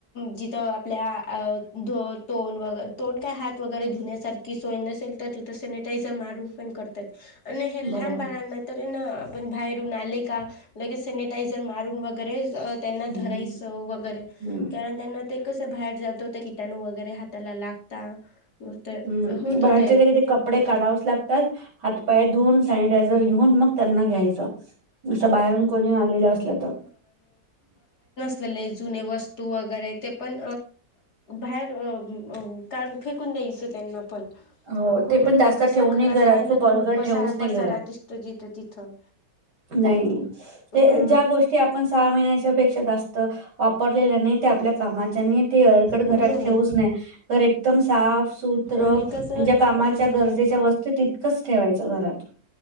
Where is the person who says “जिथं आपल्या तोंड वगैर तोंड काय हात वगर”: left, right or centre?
Left